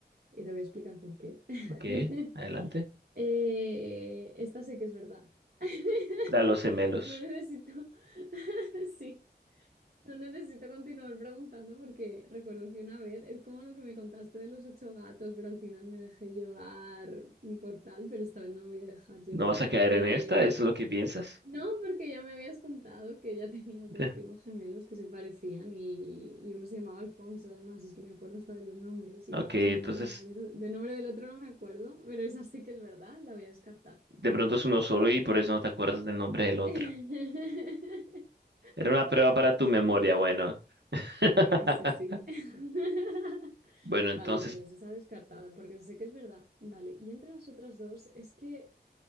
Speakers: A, on the right; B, on the right.
A: y te voy a explicar por qué. <laughs>
B: Ok, adelante.
A: Eh, esta sé que es verdad. <laughs>
B: Da los gemelos.
A: No necesito, <laughs> sí, no necesito continuar preguntando porque recuerdo que una vez, es como lo que me contaste de los ocho gatos, pero al final me dejé llevar por tal, pero esta vez no me voy a dejar llevar.
B: No vas a caer
A: Eh,
B: en esta, eso es lo que piensas.
A: no, porque ya me habías contado que ya tenías
B: <laughs>
A: dos primos gemelos que se parecían y, y uno se llamaba Alfonso, además, es que me acuerdo hasta de los nombres y
B: Ok,
A: otro se llamaba,
B: entonces
A: del, del nombre del otro no me acuerdo, pero esa sí que es verdad, la voy a descartar.
B: de pronto es uno solo y por eso no te acuerdas del nombre del otro.
A: <laughs>
B: Era una prueba para tu memoria,
A: No,
B: bueno. <laughs>
A: sí, sí, sí. <laughs>
B: Bueno,
A: Vale,
B: entonces,
A: entonces esa descartada, porque sé que es verdad. Vale, y entre las otras dos, es que